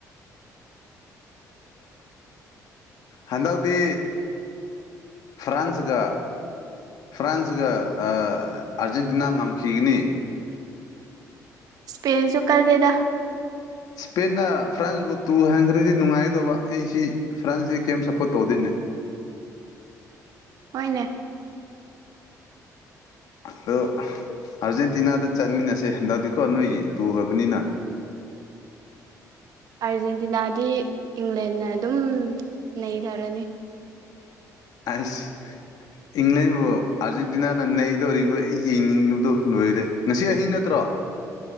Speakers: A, on the left; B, on the right.
A: ꯍꯟꯗꯛꯗꯤ ꯐ꯭ꯔꯥꯟꯁꯒ ꯐ꯭ꯔꯥꯟꯁꯒ ꯑ ꯑꯥꯔꯖꯦꯟꯇꯤꯅꯥ ꯉꯝꯈꯤꯒꯅꯤ꯫
B: ꯄꯦꯟꯁꯨꯨ ꯀꯜꯂꯦꯗ
A: ꯁꯄꯦꯟꯅ ꯐ꯭ꯔꯥꯟꯁꯕꯨꯨ ꯇꯨ ꯍꯟꯈ꯭ꯔꯗꯤ ꯅꯨꯡꯉꯥꯏꯒꯗꯕ ꯑꯩꯁꯤ ꯐ꯭ꯔꯥꯟꯁꯁꯤ ꯀꯦꯝ ꯁꯞꯄꯣꯔꯠ ꯇꯧꯗꯦꯅꯦ꯫
B: ꯍꯣꯢꯅꯦ
A: ꯑꯗꯣ ꯑꯥꯔꯖꯦꯟꯇꯤꯅꯥꯗ ꯆꯠꯃꯤꯟꯅꯁꯦ ꯍꯟꯗꯛꯇꯤꯀꯣ ꯅꯣꯏꯒꯤ ꯇꯨꯈ꯭ꯔꯕꯅꯤꯅ
B: ꯑꯥꯔꯖꯦꯟꯇꯤꯅꯥꯗꯤ ꯏꯪꯂꯦꯟꯅ ꯑꯗꯨꯝ ꯅꯩꯊꯔꯅꯤ
A: ꯑꯁ ꯏꯪꯂꯦꯟꯕꯨ ꯑꯥꯔꯖꯦꯟꯇꯤꯅꯥꯅ ꯅꯩꯗꯧꯔꯤꯔꯤꯕ ꯑꯦ ꯌꯦꯡꯅꯤꯡꯕꯗꯨꯣ ꯂꯣꯏꯔꯦ ꯉꯁꯤ ꯑꯍꯤꯡ ꯅꯠꯇ꯭ꯔꯣ